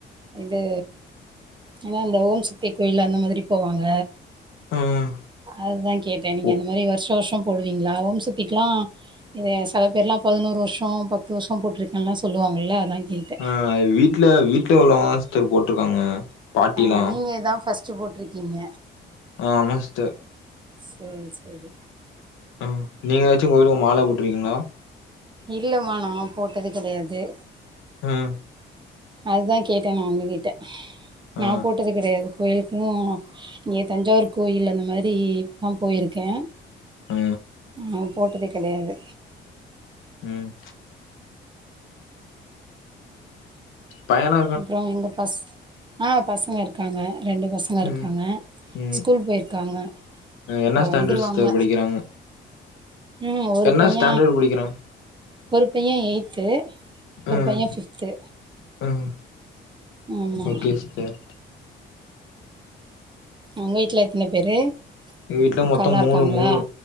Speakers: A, on the right (about 25°); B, on the left (about 90°).
A: இது என்னா இந்த ஓம் சக்தி கோயில் அந்த மாதிரி போவாங்க
B: ம்
A: அதுதா கேட்டே நீங்க
B: ஓ
A: அந்த மாறி வருஷ வருஷொ போடுவிங்ளா ஓம்சத்திக்லா இத சில பேர்லா பதினோரு வருஷொ பத்து வருஷொ போட்ருக்கன்லா சொல்லுவாங்கல்ல அதா கேட்டே
B: அ வீட்ல வீட்ல உள்ளவங்க தாஸ்டர் போட்ருக்காங்க பாட்டிலா
A: அ நீங்க இதா ஃபர்ஸ்ட்டு போட்ருக்கீங்க
B: ஆமா ஸ்டர்
A: சேரி சேரி
B: அ நீங்க ஏதாச்சு கோயிலுக்கு மால போட்ருக்கிங்ளா
A: இல்ல மா நா போட்டது கெடையாது
B: ம்
A: அதுதா கேட்டே நா உங்ககிட்ட
B: ஆ
A: நா போட்டது கெடையாது கோயிலுக்குனா இங்க தஞ்சாவூர் கோயில் அந்த மாறி நா போயிருக்கே
B: அ
A: நா போட்டதே கெடையாது
B: ம் பயனா
A: அப்றொ எங்க பஸ் ஆ பசங்க இருக்காங்க ரெண்டு பசங் இருக்காங்க
B: ம் ம்
A: ஸ்கூல் போயிருக்காங்க இப்ப
B: என்ன ஸ்டாண்டர்ட்
A: வந்துருவாங்க
B: சிஸ்டர் படிக்கிறாங்க
A: ம் ஒரு
B: என்ன
A: பைய
B: ஸ்டாண்டர்ட் படிக்கிறா
A: ஒரு பையெ எயித்து ஒரு
B: ம்
A: பையெ ஃபிப்த்து
B: ம்
A: ஆமா
B: ஓகே சிஸ்டர்
A: உங்க வீட்ல எத்தன பேரு
B: எங்க வீட்ல
A: அக்கால்லா
B: மொத்தொ மூனு
A: இருக்காங்களா
B: மூனு